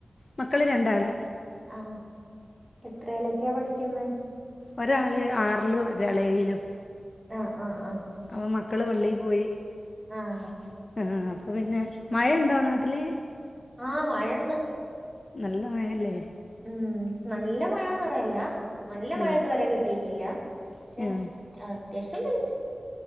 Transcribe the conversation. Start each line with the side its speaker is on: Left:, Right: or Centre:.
Left: മക്കള് രണ്ടാള്
Centre: ആഹ എത്രലൊക്കെയാ പഠിക്കുന്ന്‌
Left: ഒരാൾ ആറിലും ഒരാൾ ഏഴിലും
Centre: ആഹ് ആഹ് ആഹ്
Left: അപ്പ മക്കള് പള്ളി പോയി
Centre: ആഹ്
Left: ആ അപ്പൊ പിന്നെ മഴ ഇണ്ടോ നാട്ടില്
Centre: ആഹ മയണ്ട്
Left: നല്ല മഴ ല്ലേ
Centre: ഉം നല്ല മഴന്ന് പറയാല്യ നല്ല
Left: ആ
Centre: മഴ ഇതുവരെ കിട്ടിട്ടില്ല പക്ഷെ
Left: ആ
Centre: അത്യാവശം <unintelligible>